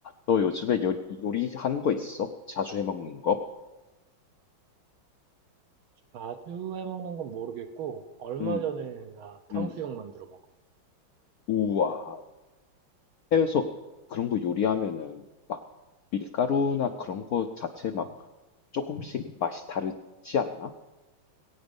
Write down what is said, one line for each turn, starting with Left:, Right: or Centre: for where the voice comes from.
Left: 너 요즘에 요, 요리하는 거 있어? 자주 해 먹는 거?
Right: 자주 해먹는 건 모르겠고, 얼마
Left: 음,
Right: 전에 나 탕수육
Left: 음.
Right: 만들어 먹어.
Left: 우와. 해외에서 그런 거 요리하면은 막 밀가루나 그런 거 자체 막 조금씩 맛이 다르지 않나?